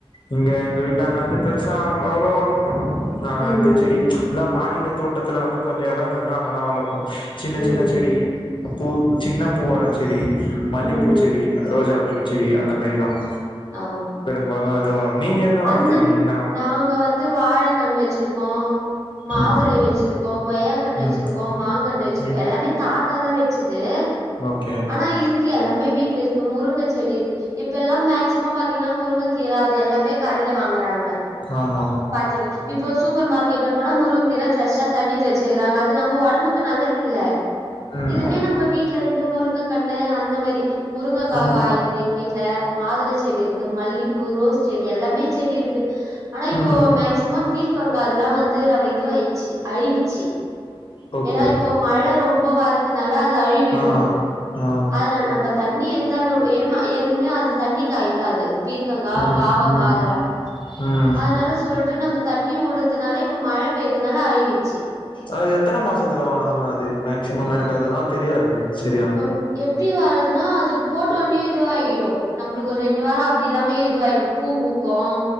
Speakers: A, on the left (about 55°); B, on the right (about 30°).
A: இங்க எங்க வீட்டண்ண வந்து பெருசா அவங்க அவ்ளோ வளக்க மாட்டோம் நாங்க
B: ம் ம்
A: வந்து செடி அதான் மாடியில தோட்டத்துல வந்து கொஞ்சம் எடம் இருந்ததுன்னா அங்கதான் வளப்போம் சின்ன
B: ம் ம்
A: சின்ன செடி பூ சின்ன பூ வர செடி மல்லிப்பூ
B: ம் ம்
A: செடி
B: ம்.
A: ரோஜா பூச்செடி அந்த மாதிரிதான்
B: ஆ
A: இப்பயெல்லா எது வள நீங்க எதும் வளத்திருக்கீங்க
B: அந்த
A: என்னா
B: நாங்க வந்து வாழ கன்னு வச்சிருக்கோம் மாதுளை
A: ம்
B: வச்சிருக்கோ கொய்யா கண்ணி வச்சிருக்கோ
A: ம்
B: மாங்கண்ணு வச்சிருக்கோ
A: ம்
B: எல்லாமே தாத்தாதான் வச்சது
A: ஓகே
B: னா இருக்கு எல்லாமே வீட்ல இருக்கு முருங்க செடி இருக்கு இப்ப எல்லாம் மேக்சிமம் பாத்தீங்கன்னா முருங்க கீற அது எல்லாமே கடையில வாங்கறாங்க
A: ஆமா
B: பாத்தீங்க இப்போ சூப்பர் மார்க்கெட்ல போனா முருங்கீர ஃப்ரஷ்ஷா தண்ணி தெளிச்சிக்கிறாங்க அது நம்ப ஒடம்புக்கு நல்லது இல்ல
A: ம்
B: இதுவே நம்ப வீட்ல இருந்து முருங்க கண்ணு அந்த மேரி முருங்கக்கா
A: ம்
B: காய்கிது எங்க வீட்ல மாதுள செடி இருக்கு மல்லிப்பூ ரோஸ் செ டி எல்லாமே செடி இருக்கு ஆனா இப்போ
A: ம்
B: மேக் சிமம் பீர்க்கங்க அதெல்லா வந்து ரவ இது வாயிறுச்சி அழிவிச்சி
A: ஓகே
B: ஏனா இப்ப மழ ரொம்ப வறத்துனால அது அழிவிடுமா
A: ஆ ஆ
B: அதனால் நம்ப தண்ணி இருந்தாலும் உடு எனமா எதுமே அது தண்ணி காய் தான் அது பீர்கங்கா
A: ம்
B: பாவக்
A: ம்
B: கா அதெல்லா
A: ம்
B: அதனால சொல்ட்டு நம்ப தண்ணி உடத்துனால இப்ப மழ பெய்த்தனால அழிவிச்சி
A: ஆ எத்தன மாசத்துல வாழ்ந்துரும் அது மேக்சிமம் எனக்கு அதெல்லா தெரியாது செரியா
B: ம் எப்டி வரதுனா அது போட்ட ஒன்னே இதுவாகிடும் நம்பளுக்கு ஒரு ரெண்டு வாரம் அப்டி இல்லாமே இதுவாயிடும் பூ பூக்கும்